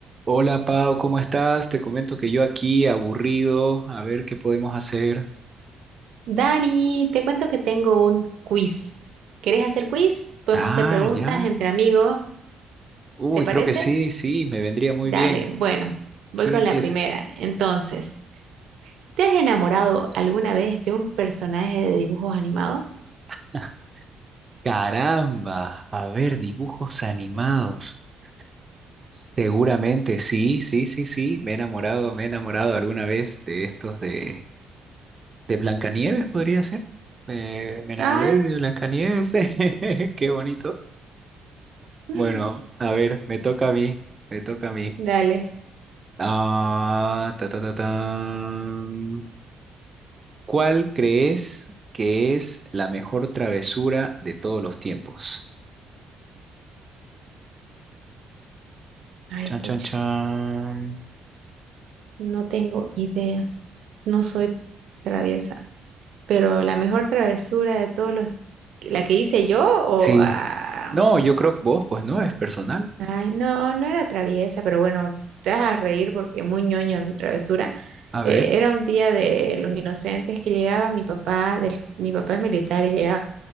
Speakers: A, on the right (about 30°); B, on the right (about 75°).
A: Hola Pau, ¿cómo estás? Te comento que yo aquí aburrido, a ver qué podemos hacer.
B: Dani, te cuento que tengo un quiz. ¿Querés hacer quiz? Podemos
A: Ah,
B: hacer preguntas
A: ya.
B: entre amigos,
A: Uy,
B: ¿te parece?
A: creo que sí, sí, me vendría muy
B: Dale,
A: bien.
B: bueno, voy
A: ¿Quién
B: con
A: empieza?
B: la primera. Entonces, ¿te has enamorado alguna vez de un personaje de dibujos animados?
A: <laughs> Caramba, a ver, dibujos animados. Seguramente, sí, sí, sí, sí. Me he enamorado, me he enamorado alguna vez de estos de, de Blancanieves, podría ser. Me, me enamoré
B: Ah,
A: de Blancanieves. <laughs> Qué bonito.
B: <sighs>
A: Bueno, a ver, me toca a mí, me toca a mí.
B: dale.
A: Ah, ta, ta, ta, tan. ¿Cuál crees que es la mejor travesura de todos los tiempos?
B: Ay,
A: Chan,
B: pucha,
A: chan, chan.
B: no tengo idea. No soy traviesa, pero la mejor travesura de todos los... ¿La que hice yo o...?
A: Sí.
B: Ah,
A: No, yo creo que vos, pues no, es personal.
B: Ay, no, no era traviesa, pero bueno, te vas a reír porque muy ñoño mi travesura.
A: A ver,
B: Eh, era un día de los inocentes que llegaba mi papá, del, mi papá es militar y llegaba